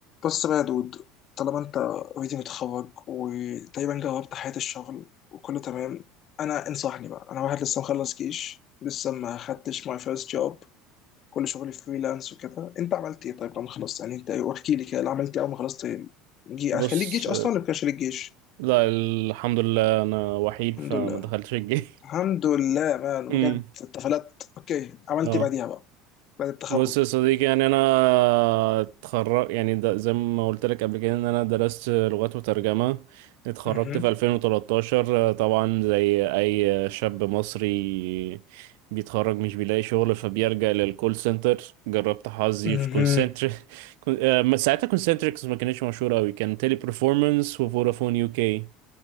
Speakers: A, on the left; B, on the right.
A: بص بقى يا دود طالما انت اوريدي متخرج وتقريبا جربت حياة الشغل وكله تمام انا انصحني بقى انا واحد لسه مخلص جيش لسه ما خدتش ماي فيرست جوب كل شغلي فريلانس وكده انت عملت ايه طيب لما خلصت يعني انت احكي لي كده اللي عملت ايه اول ما خلصت جي...
B: بص
A: كان ليك جيش اصلا ولا ما كانش ليك جيش
B: لا الحمد لله انا وحيد
A: الحمد
B: فما
A: لله
B: دخلتش الجيش
A: الحمد لله مان
B: امم
A: بجد اتفلت اوكي
B: <laughs>
A: عملت
B: اه
A: ايه بعديها بقى بعد التخرج
B: بص يا صديقي يعني انا اتخرج يعني ده زي ما قلت لك قبل كده ان انا درست لغات وترجمة اتخرجت
A: اها
B: في 2013 طبعا زي اي شاب مصري بيتخرج مش بيلاقي شغل فبيلجأ للكول سنتر جربت حظي
A: اها
B: في كونسنتر <laughs> كون- آه، ساعتها كونسنتريكس ما كانتش مشهورة قوي كان تيلي برفورمانس وفودافون يو كي